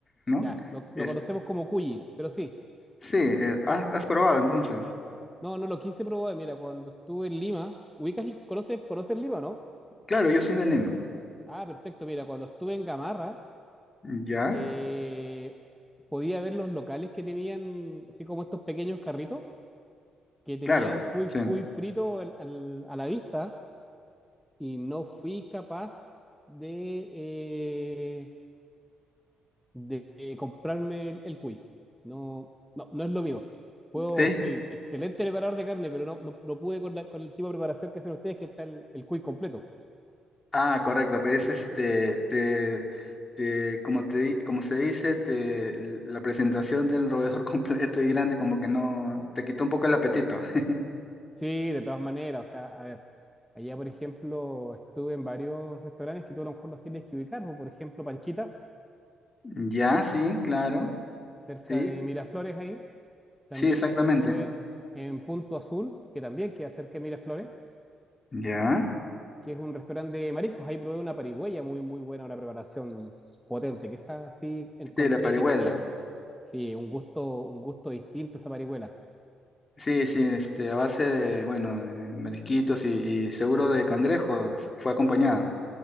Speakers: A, on the left; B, in the centre.
A: ¿no?
B: Ya, lo,
A: Es,
B: lo conocemos como cuyi, pero sí,
A: sí, eh, has, has probado entonces.
B: no, no lo quise probar, mira, cuando estuve en Lima, ubicas, conoces, conoces Lima, ¿no?
A: Claro, yo soy de Lima.
B: Ah, perfecto, mira, cuando estuve en Gamarra,
A: ¿Ya?
B: eh, podía ver los locales que tenían, así como estos pequeños carritos que tenían
A: Claro,
B: cuy,
A: sí.
B: cuy frito al- al- a la vista y no fui capaz de, eh, de, eh, comprarme el, el cuy. No, no, no es lo mío. Puedo,
A: Sí.
B: soy excelente preparador de carne, pero no, no, no pude con, la- con el tipo de preparación que hacen ustedes, que está el, el cuy completo.
A: Ah, correcto, pues este, te, te- como te, di- como se dice, te, la presentación del roedor <laughs> completo y grande como que no, te quitó un poco el apetito. <laughs>
B: Sí, de todas maneras, o sea, a ver, allá por ejemplo estuve en varios restaurantes que tú a lo mejor los tienes que ubicar, o por ejemplo Panchitas,
A: Ya, sí, claro,
B: cerca
A: sí,
B: de Miraflores ahí También
A: sí, exactamente.
B: estuve en Punto Azul, que también queda cerca de Miraflores,
A: Ya,
B: que es un restaurante de mariscos. Ahí probé una parigüeya muy, muy buena, una preparación potente, que esa sí encontré
A: sí, la parihuela.
B: que tenía, sí, un gusto, un gusto distinto esa parihuela.
A: Sí, sí, este, a base de, bueno, de marisquitos y, y seguro de cangrejos fue acompañada.